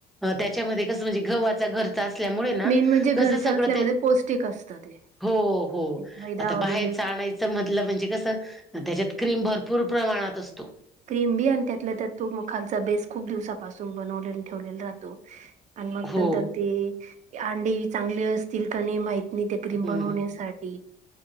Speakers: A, in the centre; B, on the right.
A: त्याच्यामध्ये कस म्हणजे ग घ असल्यामुळे ना
B: मेन म्हणजे घरच्या
A: कस सगळं
B: असल्यामध्ये
A: ते
B: पौष्टिक असतं ते
A: हो हो
B: ते मैदा
A: आता
B: वगैरे
A: बाहेरच आणायचं मधलं म्हणजे कसं त्याच्यात क्रीम भरपूर प्रमाणात असतो
B: क्रीम बी आणि त्यातला त्या तो खालचा बेस खूप दिवसापासून बनवले ठेवलेला राहतो आणि मग
A: हो
B: नंतर ते अंडे चांगले असतील का नाही माहिती न ते क्रीम
A: हम्म
B: बनवण्यासाठी